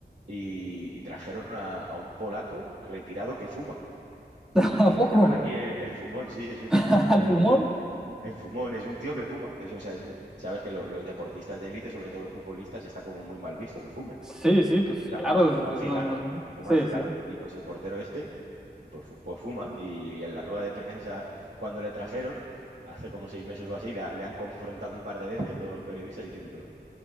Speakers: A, on the right; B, in the centre.
A: y, y trajeron a, a un polaco retirado que fuma,
B: <laughs> ¿A
A: que
B: poco?
A: le llaman aquí el, el fumón, sí, es un,
B: <laughs> ¿Al
A: pues
B: pulmón?
A: es un- el fumón, es un tío que fuma. Eso, o sea, es- sabes que lo- los deportistas de élite, sobre todo futbolistas, está como muy mal visto que fumen.
B: Sí, sí, pues
A: O sea,
B: claro,
A: fuma, fumar
B: es- es-
A: cigarro,
B: no, no es bueno.
A: fumar
B: Sí,
A: cigarros.
B: sí,
A: Y pues el portero este, pues, fu- pues fuma. Y en la rueda de prensa, cuando le trajeron, hace como seis meses o así, le, ha- le han confrontado un par de veces los periodistas diciendo, pero